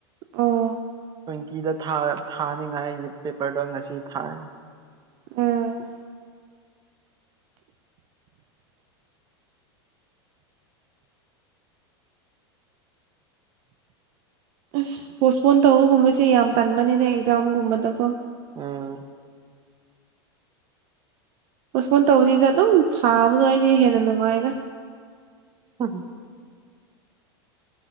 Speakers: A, on the right; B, on the right.
A: ꯑꯣ
B: ꯀꯤꯗ ꯊꯥꯔ ꯊꯥꯅꯤꯡꯉꯥꯏ ꯄꯦꯄꯔꯗꯣ ꯉꯁꯤ ꯊꯥꯏ
A: ꯎꯝ ꯑꯁ ꯄꯣꯁꯄꯣꯟ ꯇꯧꯕꯒꯨꯝꯕꯁꯦ ꯌꯥꯝ ꯇꯟꯕꯅꯤꯅꯦ ꯑꯦꯛꯖꯥꯝꯒꯨꯝꯕꯗꯀꯣ
B: ꯎꯝ
A: ꯄꯣꯁꯄꯣꯟ ꯇꯧꯅꯤꯗ ꯑꯗꯨꯝ ꯊꯥꯕꯗꯣ ꯑꯩꯗꯤ ꯍꯦꯟꯅ ꯅꯨꯡꯉꯥꯏꯗ
B: <unintelligible>